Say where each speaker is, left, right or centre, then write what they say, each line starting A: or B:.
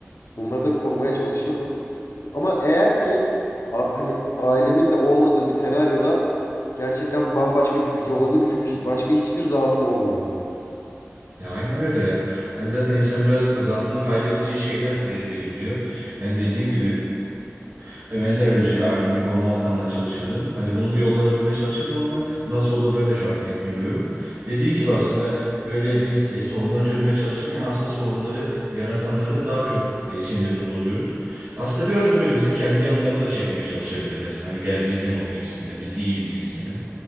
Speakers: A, on the left; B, on the right.
A: onları da korumaya çalışırdım. Ama eğer ki a- hani ailemin de olmadığı bir senaryoda gerçekten bambaşka bir gücü olabilirim. Çünkü başka hiçbir zaafın olmuyor.
B: Ya aynen öyle ya. Hani zaten insan birazcık da zaafını kaybedeceği şeyler e, belirliyor. Yani dediğin gibi E, Ben de önce ailemi koruma altına almaya çalışırdım. Hani bunun bir yollarını bulmaya çalışırdım ama nasıl olur ben de şu anda pek bilmiyorum. Dediğin gibi aslında böyle biz e, sorunları çözmeye çalışırken aslında sorunları yaratanların daha çok e, sinirini bozuyoruz. Aslında biraz da böyle bizi kendi yanlarına da çekmeye çalışabilirler. Hani gel bizden ol gibisinden, biz iyiyiz gibisinden.